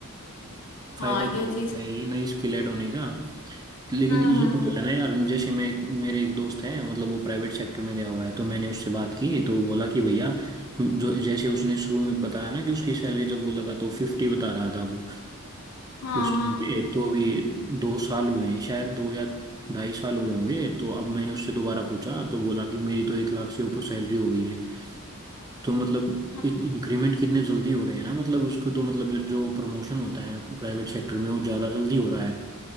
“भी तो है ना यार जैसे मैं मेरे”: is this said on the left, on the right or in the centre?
Right